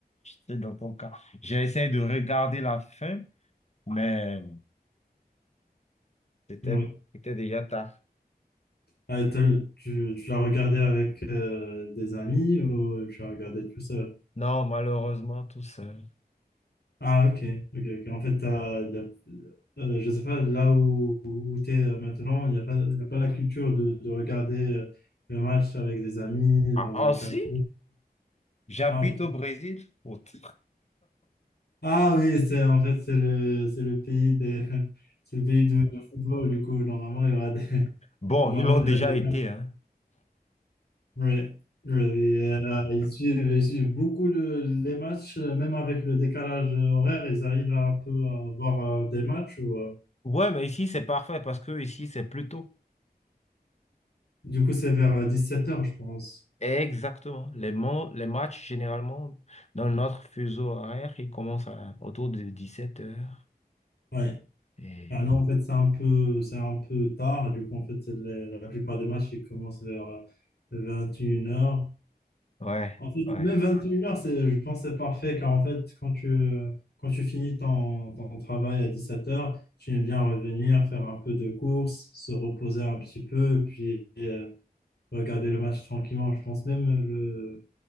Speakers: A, on the left; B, on the left.
A: c'est dans ton cas. J'ai essayé de regarder la fin, mais c'était
B: ouais.
A: c'était déjà tard.
B: Ah, t'as- tu tu l'as regardé avec euh, des amis ou tu l'as regardé tout seul?
A: Non, malheureusement, tout seul.
B: Ah, ok, ok, ok. En fait, t'as, y a- euh, je sais pas, là où, où tu es maintenant, il n'y a pas, y a pas la culture de, de regarder euh, le match avec des amis
A: Ah,
B: dans
A: ah,
B: un
A: aussi,
B: café.
A: j'habite
B: Ah, ok.
A: au Brésil. Autre. <laughs>
B: Ah oui, c'est en fait, c'est le, c'est le pays des, <laughs> c'est le pays du du football, du coup. Normalement, il y aura des, <laughs>
A: bon,
B: normalement,
A: ils l'ont
B: il
A: déjà
B: y aura des
A: été, hein.
B: Ouais, ouais, et, euh, ils suivent, ils suivent beaucoup le- les matchs, euh, même avec le décalage horaire, ils arrivent à un peu à voir euh, des matchs. ou, euh,
A: Ouais, mais ici, c'est parfait parce que ici, c'est plus tôt.
B: du coup, c'est vers euh, dix-sept heures, je pense.
A: Exactement. Les, mo- les matchs, généralement, dans notre fuseau horaire, ils commencent à- autour de 17 heures.
B: Ouais.
A: Et...
B: Ah non, en fait, c'est un peu, c'est un peu tard. Du coup, en fait, les- la plupart des matchs, ils commencent vers euh, vingt et une heures.
A: Ouais,
B: En fait,
A: ouais.
B: même vingt et une heures c'est, je pense que c'est parfait car en fait, quand tu, quand tu finis ton, ton travail à dix sept heures tu aimes bien revenir, faire un peu de course, se reposer un petit peu, puis euh, regarder le match tranquillement. Je pense même le